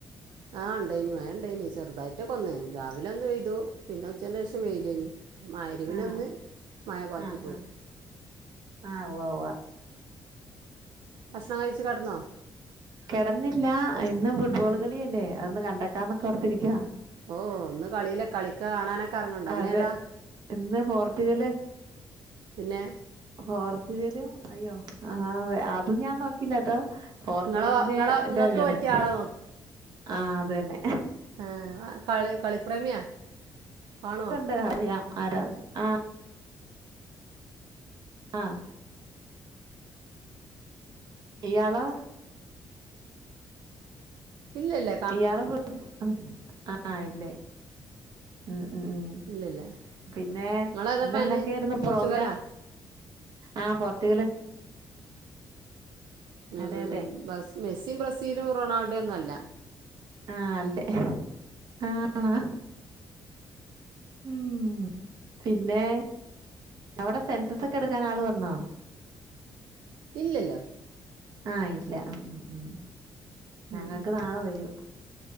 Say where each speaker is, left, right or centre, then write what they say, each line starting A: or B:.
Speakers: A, on the right (about 80°); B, on the right (about 65°).
A: ആഹ് ഉണ്ടെയ്നി മഴ ണ്ടേനി ചെറർതായിട്ടൊക്കൊന്ന് രാവിലൊന്ന് പെയ്തു പിന്നെ ഉച്ചന്റെഷം വെയ്ലേനി. മഗ്റിബിനൊന്നു
B: ആഹ്
A: മഴ പാറ്റിപ്പോയി.
B: ആഹ് ആഹ് ആഹ് ഉവ്വ ഉവ്വ.
A: ഭക്ഷണം കഴിച്ച് കട്ന്നോ?
B: കെടന്നില്ല ഇന്ന് ഫുട്ബോൾ കളിയല്ലേ അതൊന്ന് കണ്ടെക്കാന്നൊക്കൊർത്തിരിക്കാ.
A: ഓഹ് ഇന്ന് കളില കളിക്ക കാണാനൊക്കെർങ്ങ്ണ്ടോ ഇന്നേതാ?
B: അതെ ഇന്ന് പോർച്ചുഗല്.
A: പിന്നെ
B: പോർച്ചുഗലും അയ്യോ ആ തെ അതും ഞാൻ നോക്കില്ലാട്ടോ പോർച്ചുഗലിന്റെ
A: നിങ്ങളെ നിങ്ങളെ
B: ഇതാഞാന്
A: നിങ്ങൾക്ക് പറ്റിയ ആളെ
B: ആഹ് അതെന്നെ.
A: ആഹ് കളി കളിപ്രേമ്യ കാണോ?
B: ആഹ് അറിയാം. ആരാന്നൊക്കെ ആഹ് ആഹ് ഇയാളോ?
A: ഇല്ലല്ല
B: ഇയാള് ഫുട് ആഹ് ഇല്ലേ ഉം ഉം ഉം
A: ഇല്ലല്ല
B: പിന്നെ
A: നിങ്ങളേതാ
B: ഇന്നെനെക്കെയിര്ന്നു
A: ഫാന് പോർച്ചുഗലാ
B: പ്രോഗ്രാം? ആഹ് പോർച്ചുഗല്.
A: ഉം
B: അതെ
A: ഉം
B: അതെ
A: ഉം ബസ് മെസ്സി ബ്രസീലും റൊണാൾഡ്യൊന്നല്ല.
B: ആഹ് അല്ലേ ആണോ ഉം പിന്നെ അവടെ സെൻസസൊക്കെട്ക്കാൻ ആള് വന്നോ?
A: ഇല്ലല്ലോ
B: ആഹ് ഇല്ല ആ ആ ആ
A: ഉം
B: ഞങ്ങക്ക്
A: ഉം
B: നാളെ വരും